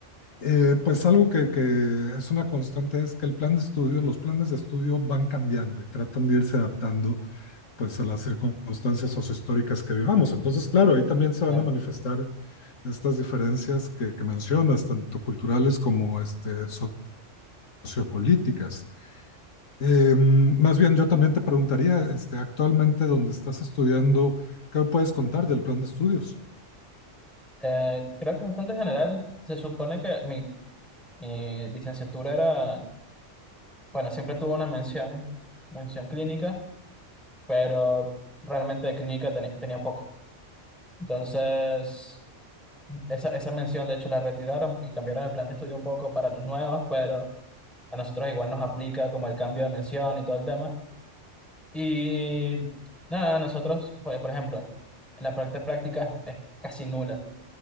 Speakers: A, on the left (about 85°); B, in the centre.
A: eh, pues algo que, que es una constante es que el plan de estudio, los planes de estudio van cambiando y tratan de irse adaptando pues a las circunstancias sociohistóricas que vivamos. Entonces, claro, ahí también se
B: dale.
A: van a manifestar estas diferencias que, que mencionas, tanto culturales como este, sociopolíticas. Eh, más bien, yo también te preguntaría, este, actualmente donde estás estudiando, ¿qué puedes contar del plan de estudios?
B: Eh, creo que es bastante general. Se supone que mi, mi licenciatura era, bueno, siempre tuvo una mención, mención clínica, pero realmente de clínica teni- tenía poco. Entonces... Esa, esa mención, de hecho, la retiraron y cambiaron el plan de estudio un poco para los nuevos, pero a nosotros igual nos aplica como el cambio de mención y todo el tema. Y nada, nosotros, por, por ejemplo, la parte práctica es casi nula,